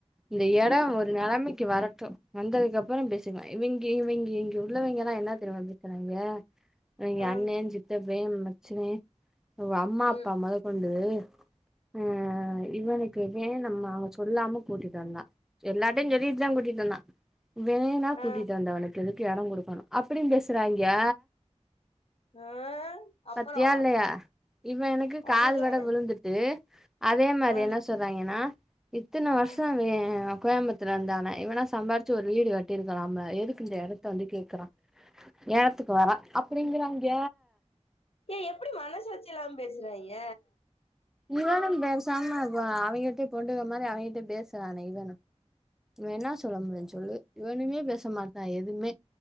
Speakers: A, in the centre; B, on the left (about 55°).
A: இந்த எடொ ஒரு நெலமைக்கி வரட்டு வந்ததுக்கப்பற பேசிக்லா இவிங்கே இவிங்கே இங்க உள்ளவங்க எல்லா என்னா தெரிமா பேசுறாங்ங எங்க
B: ஆ
A: அண்ணே சித்தப்பே மச்சினே ஓ அம்மா
B: ம்
A: அப்பா மொத கொண்டு ஆ இவன இப்பவே நம்ம அவ சொல்லாம கூட்டிட்டு வந்தா எல்லார்டயு சொல்லிட்டு தா கூட்டிட்டு வந்தான் வேணா
B: ஆ
A: கூட்டிட்டு வந்தவனுக்கு எதுக்கு எடொ கொடுக்கணு அப்டின் பேசுறாங்ங
B: ஆ அப்பறோ
A: பத்தியால்லையா இவ எனக்கு
B: அதுதான
A: காது வட விழுந்துட்டு அதே மாரி
B: ஆ
A: என்ன சொ றாங்கன்னா இத்தன வருஷொ
B: ஆ
A: வே கோயம்மத் துல இருந்தான இவனா சம்பாரிச்சு ஒரு வீடு கட்டியிருக்கலாம்ல எதுக்கு இந்த எடத்த வந்து கேக்குறான் ஏரத்துக்கு வரா அப்படிங்கறாங்ங
B: ஏ எப்புடி மனசாட்சி இல்லாம பேசுறாங்ங
A: இவனும் பேசாம அவோ அவங்கிட்டே பொண்டுக மாரி அவங்ககிட்ட பேசுறான இவனு இவ என்னா சொல்ல முடியுஞ் சொல்லு இவனுமே பேச மாட்டான் எதுமே